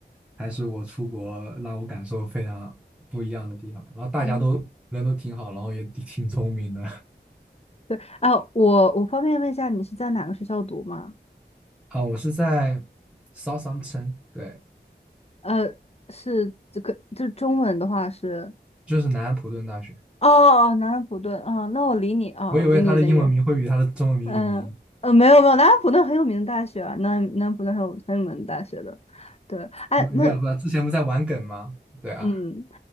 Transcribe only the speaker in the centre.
还是我出国让我感受非常不一样的地方。然后大家都人都挺好，
然后也挺挺聪明的
<laughs> 啊。我是在 Southampton，对，
就是南安普顿大学。
我以为他的英文名会比他的中文名有名，
嗯没有，
不，之前不在玩梗吗？对啊，